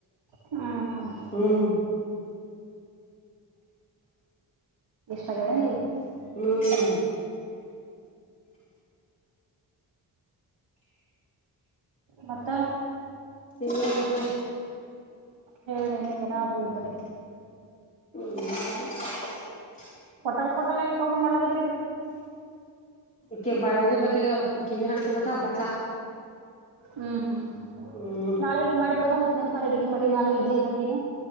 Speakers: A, on the right (about 70°); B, on the left (about 15°).
A: ಹ್ಮ್
B: ಹ್ಮ್
A: ಎಷ್ಟಾಗವೆ ನೀವು
B: ಹ್ಮ್
A: ಮತ್ತ
B: ಎಗಲ್ಲ ಕಪ
A: ಹೇಳ ಏನಾದ್ರು ಇದ್ರೆ
B: ಹ್ಮ್
A: ಹೋಟಲ್ ಕೊೋಟಲ್ ಯಾಕ ಸಾಂಡ ಮಾಡ್ಲಗತ್ತರಿ
B: ಕ ಬ ಇದು ಬೇಕ ಈಗ ಕಿವಿ ಹಣತನತ ಬಟ್ಲಾ
A: ಹ್ಮ್ ಹ್ಮ್
B: ಹ್ಮ್
A: ನಾಳಿಗೆ ಮಾಡ್ಬಿಡವಾ ಮತ್ತತ್ ನೆನಪರ ಅಡ್ಿಗೆ ಮಾಡಿ ನಾನು ಇಡ್ಲಿ ಹಾಕೀನಿ